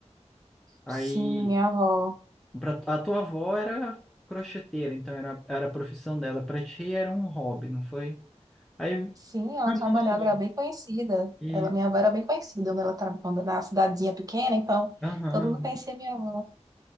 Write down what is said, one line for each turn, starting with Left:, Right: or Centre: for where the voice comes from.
Centre: Aí
Right: Sim, minha avó.
Centre: Pra, a tua avó era crocheteira, então era, era a profissão dela. Pra ti era um hobby, não foi? Aí
Right: Sim, ela
Centre: abandonou.
Right: trabalhava, era bem conhecida.
Centre: E,
Right: Ela, minha avó era bem conhecida quando ela tra- quando na cidadezinha pequena, então
Centre: aham.
Right: todo mundo conhecia minha avó.